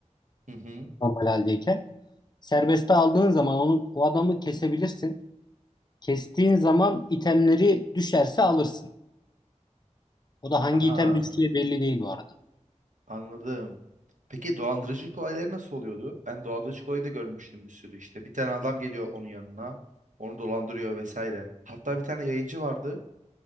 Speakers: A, on the right (about 80°); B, on the left (about 35°).
A: Hı hı.
B: normal haldeyken. Serbeste aldığın zaman onu o adamı kesebilirsin. Kestiğin zaman itemleri düşerse alırsın. O da hangi
A: Aha.
B: item düştüğü belli değil bu arada.
A: Anladım. Peki dolandırıcılık olayları nasıl oluyordu? Ben dolandırıcılık olayı da görmüştüm bir sürü işte. Bir tane adam geliyor onun yanına. Onu dolandırıyor vesaire. Hatta bir tane yayıncı vardı.